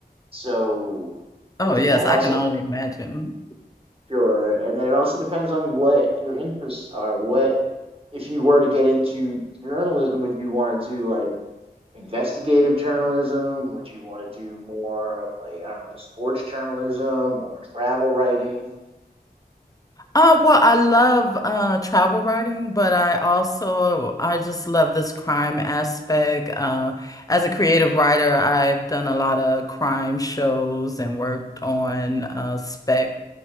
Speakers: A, on the right; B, on the left.
A: so
B: Oh,
A: it depends.
B: yes, I
A: Also,
B: can only imagine.
A: Sure. And then it also depends on what your interests are. What, if you were to get into journalism, would you want to do like investigative journalism? Would you want to do more like, I don't know, like sports journalism or travel writing?
B: Uh, well, I love uh, travel writing, but I also I just love this crime aspect. Uh, as a creative writer, I've done a lot of crime shows and worked on uh, spec.